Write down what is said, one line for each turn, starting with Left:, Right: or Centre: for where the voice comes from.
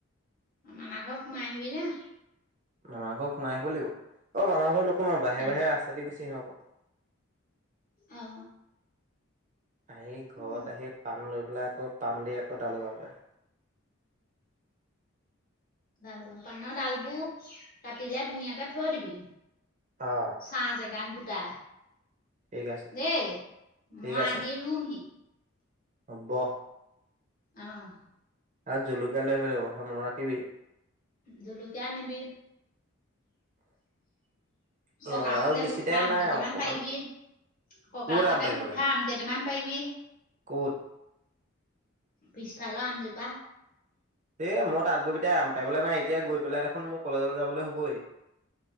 Left: মানাঘৰ সোমাই আহিবি না
Right: মামাৰ ঘৰ সোমাই আহিব লাগিব অ মামাৰ ঘৰ লগ অকমান বাহে
Left: অ
Right: বাহে ৰাস্তা গুচি হক <unintelligible>
Left: অ
Right: আহি ঘৰত
Left: উম।
Right: আহি পাণ লৈ লে আকৌ পান দি আকৌ তাল যাওঁ
Left: ভাল বাৰ পাানৰ ডাল বোৰ কাটিলে ধুনীয়াকে থৈ দিবি
Right: অ
Left: চাহ জেগান গোটেই তাই
Right: ঠিক আছে
Left: দেই
Right: ঠিক
Left: মই
Right: আছে
Left: আহি ৰুমহি
Right: হ'ব
Left: আহ
Right: আৰু জলকীয়া লৈ আহিব কথা মনত ৰাখিবি
Left: জলকীয়া আনিবি
Right: অ
Left: ককাহঁতে
Right: আৰু বেছি
Left: গোট খাই
Right: টাইম
Left: আম
Right: নাই
Left: কেইটামান
Right: আৰু অকমান
Left: পাৰিবি ককাহঁতে
Right: ক'ত আম পাৰিব
Left: গোট
Right: লাগে
Left: খাই আম কেইটামান পাৰিবি
Right: ক'ত
Left: পিছফালৰ আমজোপা
Right: এই মই তাত গৈ পটাই আম পাৰিবল নাই এতিয়া গৈ পেলাই দেখোন মোৰ কলেজলৈ যাবলৈ হ'বেই